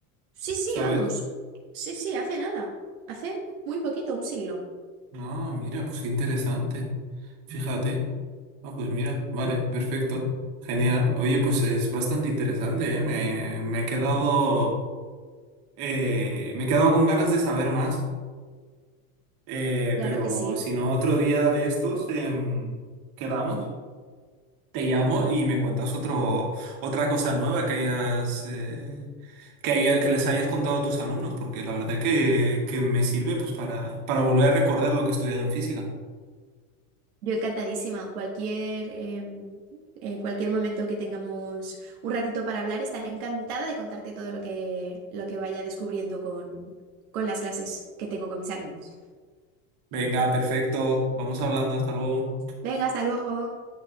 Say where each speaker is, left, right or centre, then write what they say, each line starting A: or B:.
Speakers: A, on the right; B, on the right.
A: Sí, sí,
B: ¿Sabes?
A: vamos. Sí, sí, hace nada. Hace muy poquito, un siglo.
B: Ah, mira, pues qué interesante. Fíjate. Ah, pues mira, vale, perfecto. Genial. Oye, pues es bastante interesante, ¿eh? Me, me he quedado, eh, me he quedado con ganas de saber más. Eh,
A: Claro
B: pero
A: que sí.
B: si no, otro día de estos, em, quedamos. Te llamo y me cuentas otro, otra cosa nueva que hayas, eh, que haya- que les hayas contado a tus alumnos, porque la verdad que, que me sirve pues para, para volver a recordar lo que he estudiado en física.
A: Yo encantadísima. Cualquier, em, en cualquier momento que tengamos un ratito para hablar, estaré encantada de contarte todo lo que, lo que vaya descubriendo con, con las clases que tengo con mis alumnos.
B: Venga, perfecto. Vamos hablando. Hasta luego.
A: Venga, hasta luego.